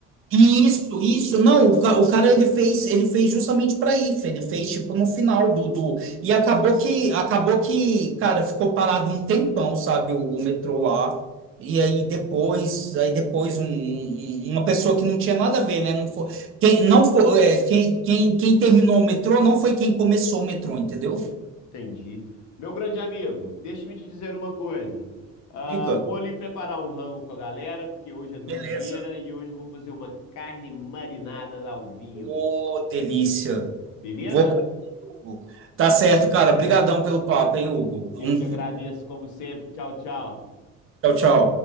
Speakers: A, on the right; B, on the left.
A: Isso, isso. Não, o, ca- o cara ele fez, ele fez justamente para isso. Ele fez tipo no final do, do e acabou que acabou que, cara, ficou parado um tempão, sabe, o, o metrô lá. E aí depois, aí depois um- um- uma pessoa que não tinha nada a ver, né? Não foi quem não foi é, quem, quem quem terminou o metrô não foi quem começou o metrô, entendeu?
B: Entendi. Meu grande amigo, deixa-me te dizer uma coisa. Ah,
A: Diga.
B: vou ali preparar um rango com a galera, porque hoje é domingueira
A: Beleza.
B: e hoje eu vou fazer uma carne marinada ao vinho.
A: Ô, delícia.
B: Beleza?
A: Vou. pra Hugo. Tá certo, cara. Obrigadão pelo papo, hein, Hugo.
B: Eu
A: Um,
B: que agradeço, como sempre. Tchau, tchau.
A: tchau, tchau.